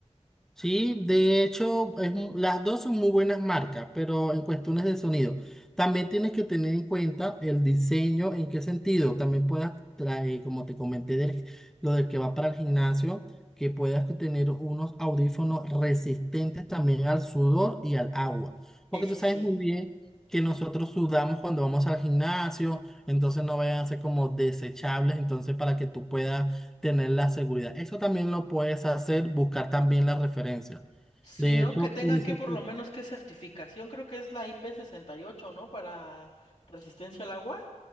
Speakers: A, in the centre; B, on the left.
A: Sí, de hecho, es mu- las dos son muy buenas marcas, pero en cuestiones de sonido, también tienes que tener en cuenta el diseño, en qué sentido. También puedas traer, como te comenté, del- lo de que va para el gimnasio, que puedas que tener unos audífonos resistentes también al sudor y al agua. Porque
B: Eso
A: tú sabes
B: sí.
A: muy bien que nosotros sudamos cuando vamos al gimnasio, entonces no vayan a ser como desechables, entonces para que tú puedas tener la seguridad. Eso también lo puedes hacer, buscar también la referencia.
B: Sí,
A: De
B: ¿no?
A: hecho,
B: Que tengan
A: por eso,
B: que por
A: que-
B: lo menos que certificación, creo que es la IP68, ¿no? Para resistencia al agua,